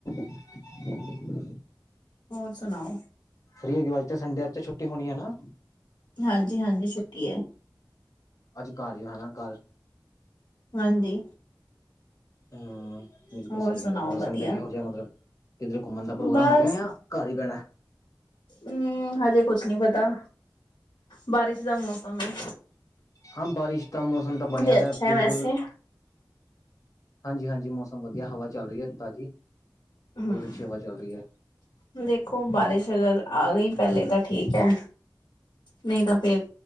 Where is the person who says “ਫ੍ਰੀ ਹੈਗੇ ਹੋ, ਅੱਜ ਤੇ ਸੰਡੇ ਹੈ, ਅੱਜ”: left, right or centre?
Left